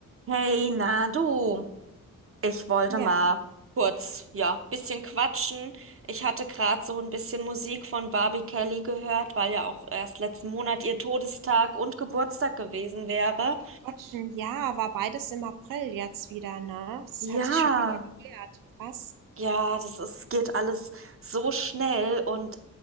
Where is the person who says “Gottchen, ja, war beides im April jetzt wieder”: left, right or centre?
Right